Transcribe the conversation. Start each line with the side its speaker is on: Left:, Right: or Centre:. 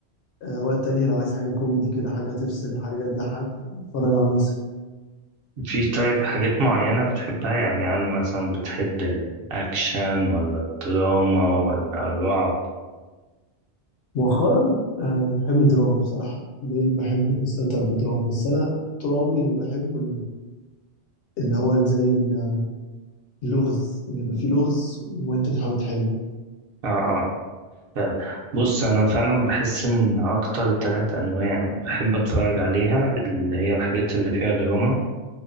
Left: آه، اوقات تانية لو عايز حاجه كوميدي كده حاجه تفصل حاجه تضحك اتفرج على المصري
Right: في طيب حاجات معينة بتحبها يعني هل مثلا بتحب الأكشن ولا الدراما ولا الرعب؟
Left: مؤخرا آه، بحب الدراما بصراحه بقيت بحب استمتع بالدراما بس انا طول عمري اللي بحبه اللي هو زي ال- اللغز ان يبقى فيه لغز وانت بتحاول تحله
Right: اه اه فعلا بص أنا فعلا بحس إن أكتر تلات أنواع بحب أتفرج عليها اللي هي الحاجات اللي فيها دراما